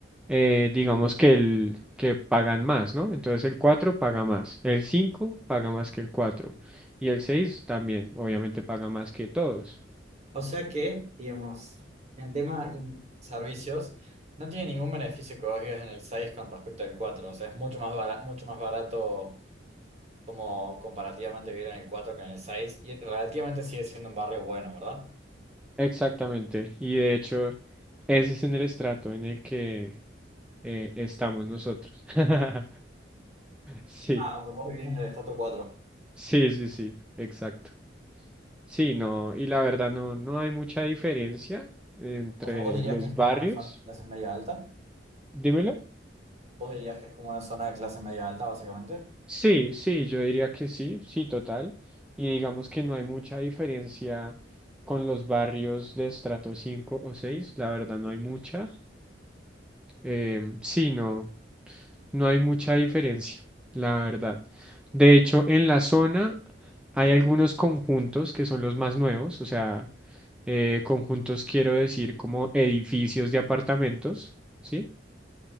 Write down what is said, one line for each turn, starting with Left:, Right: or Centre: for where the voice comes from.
Centre: eh, digamos que el que pagan más, ¿no? Entonces el 4 paga más, el 5 paga más que el cuatro y el 6 también, obviamente paga más que todos.
Right: O sea que, digamos, en tema... in- Servicios, no tiene ningún beneficio que vos vivas en el 6 con respecto al cuatro O sea, es mucho más barato, mucho más barato como comparativamente vivir en el 4 que en el seis Y relativamente sigue siendo un barrio bueno, ¿verdad?
Centre: Exactamente, y de hecho ese es en el estrato en el que eh, estamos nosotros. <laughs> Sí,
Right: Ah, o sea, Vos vivís en el estrato cuatro
Centre: sí, sí, sí, exacto. Sí, no, y la verdad no, no hay mucha diferencia entre
Right: O sea, vos dirías
Centre: los
Right: que es como
Centre: barrios.
Right: una zona de clase media alta.
Centre: Dímelo.
Right: Vos dirías que es como una zona de clase media alta, básicamente.
Centre: Sí, sí, yo diría que sí, sí, total. Y digamos que no hay mucha diferencia con los barrios de estrato 5 o 6, la verdad no hay mucha. Em, sí, no, no hay mucha diferencia, la verdad. De hecho, en la zona hay algunos conjuntos que son los más nuevos, o sea, eh, conjuntos quiero decir como edificios de apartamentos, ¿sí?